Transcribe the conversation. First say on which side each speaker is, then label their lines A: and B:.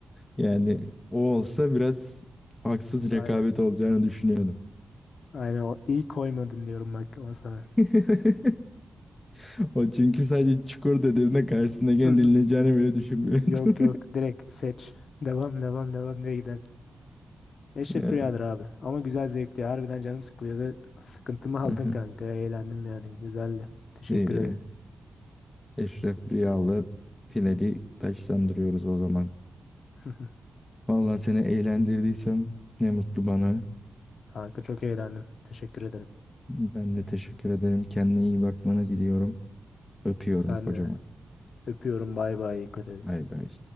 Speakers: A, on the left; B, on the left.
A: yani o olsa biraz haksız
B: Aynen.
A: rekabet olacağını düşünüyordum.
B: Aynen o iyi koymadın diyorum bak ama sana.
A: <laughs> O çünkü sadece çukur dediğimde karşısındakini
B: <laughs>
A: dinleyeceğini bile düşünmüyordu.
B: Yok
A: <laughs>
B: yok direkt seç. Devam devam devam diye gider. Eşref
A: Yani.
B: Rüya'dır abi. Ama güzel zevkli. Harbiden canım sıkılıyordu. Sıkıntımı aldın
A: aha.
B: kanka. Eğlendim yani. Güzeldi. Teşekkür
A: İyi.
B: ederim.
A: Eşref Rüyalı finali taçlandırıyoruz o zaman.
B: <laughs>
A: Vallahi seni eğlendirdiysem ne mutlu bana.
B: Kanka çok eğlendim. Teşekkür ederim.
A: Ben de teşekkür ederim. Kendine iyi bakmanı diliyorum. Öpüyorum
B: Sen
A: kocaman.
B: de. Öpüyorum. Bay bay. Dikkat et.
A: Bay bay.